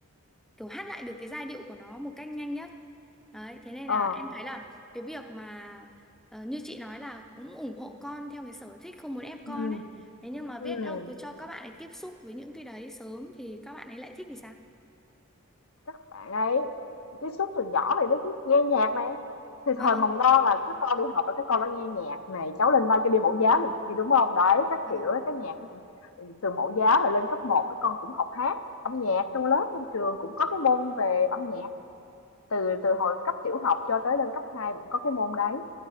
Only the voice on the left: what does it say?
ờ
ừ
ừ
các bạn ấy tiếp xúc từ nhỏ vậy đó chứ nghe nhạc này thì
thời mầm non là các con đi học và các con đã nghe nhạc này cháu lên ba cho đi mẫu giáo này kia đúng không đấy các
kiểu ấy, cái nhạc từ mẫu giáo rồi lên cấp một các con cũng học hát âm nhạc trong lớp trong trường cũng có cái môn về âm nhạc từ từ hồi cấp tiểu học cho tới lên cấp 2 vẫn có cái môn đấy